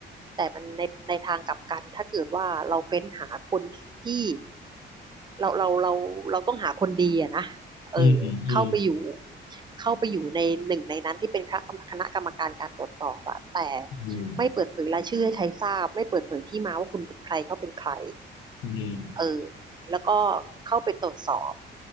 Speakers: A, on the right; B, on the left.
A: แต่มันในในทางกลับกันถ้าเกิดว่าเราเฟ้นหาคนที่ เราเราเราเราต้องหาคนดีอะนะเออเข้าไปอยู่
B: อืมอืมอืม
A: เข้าไปอยู่ในหนึ่งในนั้นที่เป็นคณะกรรมการการตรวจสอบอะแต่
B: อืม
A: ไม่เปิดเผยรายชื่อให้ใครทราบไม่เปิดเผยที่มาว่าคุณเป็นใครเขาเป็นใคร
B: อืม
A: เออแล้วก็เข้าไปตรวจสอบ